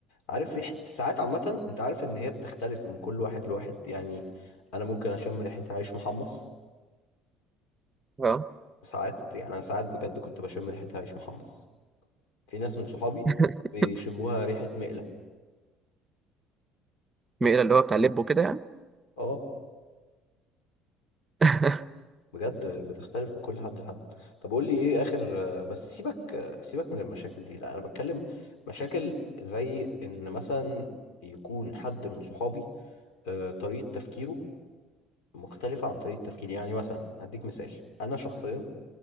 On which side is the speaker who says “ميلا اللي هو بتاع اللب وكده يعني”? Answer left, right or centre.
Right